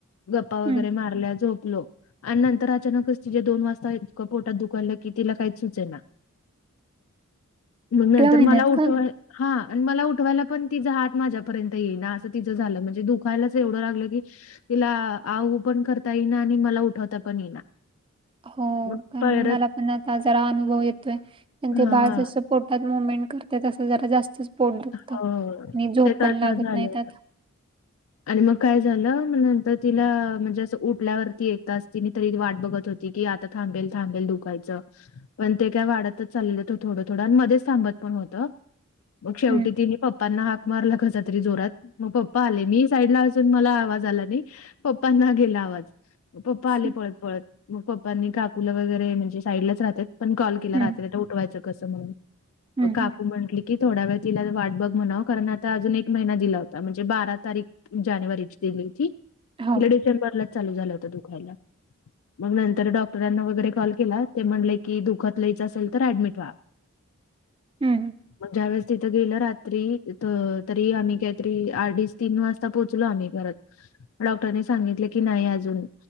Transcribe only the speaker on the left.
गप्पा
वगैरे मारल्या झोपलो. आणि नंतर अचानकच तिे दोन वाजता पोटात दुकाालं की तिला काहीच सुचेल ना. मग नंतर
मला उठवा...
हा आणि मला उठवायला पण तिचा हात माझ्यापर्यंत येईना असं तिचं झालं म्हणजे दुखायलाच एवढं लागलं की.... तिला आऊ पण करता येईना आणि मला उठवता पण येईना.
मग
परत
हां
हो
ते तसं
झालं
होतं.
आणि मग काय झालं म नंतर तिला म्हणजे असं उठल्यावरती एक तच तिने तरी वाट बघत होती की आता... थांबेल थांबेल दुखायचं... पण ते काय वाढतच चाललं होत थोडं थोडं आणि मध्येच थांबत पण होतं. मग शेवटी
तिने पप्पांना हाक मारला कसा तरी जोरात मग पप्पा आले मीच... साईड ला असून मला आवाज आला नाही पप्पांना गेला आवाज पप्पा आले
पळत पळत. मग पप्पांनी काकूला वगैरे म्हणजे साईडलाच राहतात पण कॉल केला
रात्रीला उठवायचं कसं म्हणून.
मग काकू
म्हटली की... थोडा वेळ तिला वाट बघ म्हणाव कारण आता अजून एक महिना दिला होता म्हणजे बारा तारीख... जानेवारीची दिली होती
तीला डिसेंबरलाच चालू झाला होत दुखायला. मग नंतर डॉक्टरांना वगैरे कॉल केला ते म्हणले की दुखात लियचं असेल तर ऍडमिट व्हा.
मग ज्यावेळेस तिथ गेलं रात्री तरी आम्ही काहीतरी अडीच तीन वाज.. पोचलो आम्ही घरात डॉक्टरनी सांगितले की नाही अजून